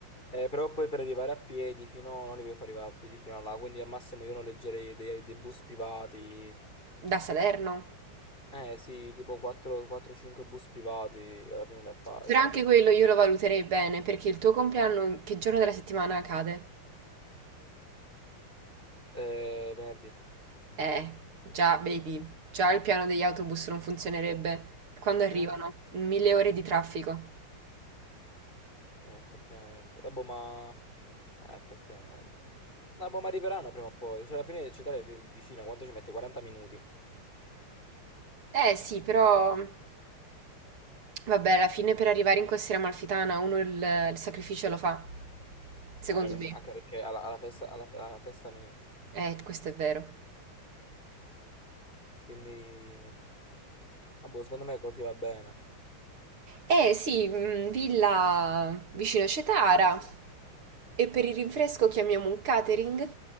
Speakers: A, on the left (about 25°); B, on the right (about 85°).
A: Eh, però poi per arrivare a piedi fino... no, Non li voglio far arrivare a piedi fino a là, quindi al massimo io noleggerei dei, dei bus privati.
B: da Salerno.
A: Eh sì, tipo 4-5 bus privati, alla fine li appari.
B: Però anche quello io lo valuterei bene, perché il tuo compleanno che giorno della settimana cade?
A: Eh, venerdì.
B: Eh, già, vedi, già il piano degli autobus non funzionerebbe. Quando arrivano?
A: Che?
B: Mille ore di traffico.
A: Eh, effettivamente. Vabbè, ma... eh, effettivamente. Vabbè, ma arriveranno prima o poi. Cioè, alla fine Città è vi- vicina. Quanto ci mette? 40 minuti. Eh,
B: Eh sì, però vabbè, alla fine per arrivare in costiera amalfitana uno il, il sacrificio lo fa, secondo
A: capì?
B: me.
A: Anche perché alla, alla festa, alla, alla festa mia.
B: Eh, questo è vero.
A: Quindi... Vabbè, secondo me così va bene.
B: Eh sì, mm, villa vicino a Cetara. E per il rinfresco chiamiamo un catering,